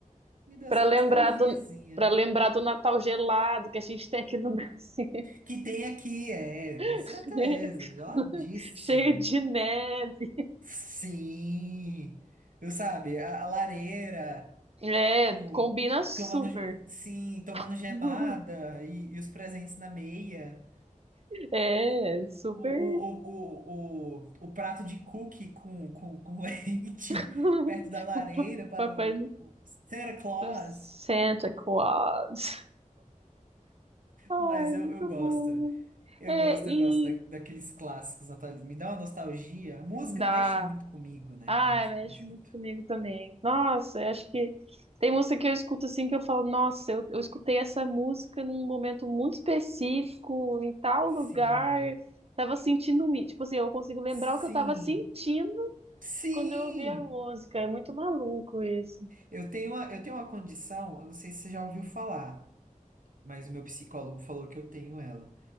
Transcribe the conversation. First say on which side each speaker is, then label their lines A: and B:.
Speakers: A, on the right; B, on the right.
A: Me deu
B: Para
A: essa
B: lembrar
A: nostalgiazinha.
B: do, para lembrar do Natal gelado que a gente tem aqui no Brasil,
A: Que tem aqui, é, com
B: <laughs>
A: certeza, geladíssimo.
B: cheio de neve.
A: Sim, eu sabe, a, a lareira
B: É,
A: com
B: combina super.
A: tomando, sim, tomando
B: <laughs>
A: gemada e, e os presentes na meia.
B: É, super.
A: O, o, o, o, o, o prato de cookie com, com, com <laughs> leite
B: <laughs>
A: perto da lareira
B: O
A: para
B: Papai
A: o, o Santa Claus.
B: do Santa Claus. Ai,
A: Mas eu,
B: muito
A: eu gosto.
B: bom.
A: Eu
B: É,
A: gosto,
B: e
A: eu gosto da, daqueles clássicos natalinos. Me dá uma nostalgia. A música
B: da
A: mexe muito comigo, né?
B: Ai,
A: A música
B: mexe
A: mexe
B: muito
A: muito.
B: comigo também. Nossa, eu acho que tem música que eu escuto assim que eu falo, nossa, eu, eu escutei essa música num momento muito específico, em tal
A: Sim,
B: lugar, tava sentindo isso. Tipo assim, eu consigo lembrar
A: sim,
B: o que eu tava sentindo
A: sim!
B: quando eu ouvi a música. É muito maluco isso.
A: Eu tenho uma, eu tenho uma condição, eu não sei se você já ouviu falar, mas o meu psicólogo falou que eu tenho ela.